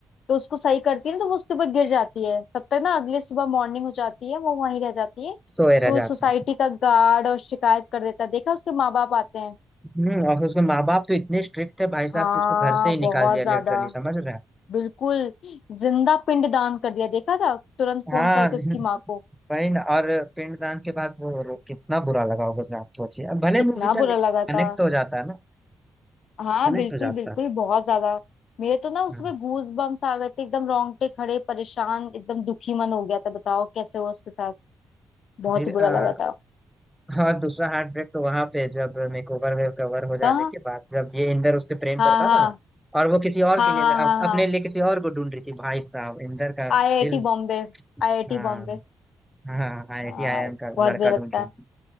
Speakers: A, on the left; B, in the centre.
A: तो उसको सही करती है ना तो वो उसके ऊपर गिर जाती है तब तक ना अगले सुबह मॉर्निंग हो जाती है वो वहीं रह जाती है
B: सोए रह
A: तो
B: जाती
A: सोसाइटी
B: है
A: का गार्ड और शिकायत कर देता है देखा उसके माँ बाप आते हैं
B: हम्म और उसके माँ बाप तो इतने स्ट्रिक्ट थे भाई साहब
A: हाँ
B: कि उसको घर से ही
A: बहुत
B: निकाल दिया
A: ज्यादा
B: लिटरली समझ रहे हैं
A: बिल्कुल जिंदा पिंड दान कर दिया देखा था तुरंत फोन
B: हाँ
A: करके
B: <laughs>
A: उसकी माँ को
B: वही ना और पिंडदान के बाद वो रो, कितना बुरा लगा होगा सर आप सोचिए अब भले
A: कितना
B: मूवी था
A: बुरा
B: लेकिन
A: लगा था
B: कनेक्ट तो हो जाता है ना
A: हाँ
B: कनेक्ट
A: बिल्कुल
B: हो जाता
A: बिल्कुल
B: है
A: बहुत ज्यादा मेरे तो ना उसमें
B: हाँ
A: गूज बम्स आ गए थे एकदम रोंगटे खड़े परेशान एकदम दुखी मन हो गया था बताओ कैसे हुआ उसके साथ बहुत
B: फिर
A: ही बुरा
B: आ,
A: लगा था
B: और दूसरा हार्ट ब्रेक तो वहां पे जब मेकओवर में कवर हो जाने
A: कहाँ
B: के बाद जब ये इंदर उससे प्रेम
A: हाँ
B: करता
A: हाँ
B: था ना और वो किसी और
A: हाँ
B: के लिए
A: हाँ
B: अप-
A: हाँ हाँ
B: अपने लिए किसी और को ढूंढ रही थी भाई साहब इंदर का
A: आईआईटी
B: दिल
A: बॉम्बे आईआईटी
B: हाँ
A: बॉम्बे
B: हाँ I
A: हाँ
B: I T I M का
A: बहुत
B: लड़का
A: बुरा
B: ढूंढ
A: लगता
B: रही
A: है
B: थी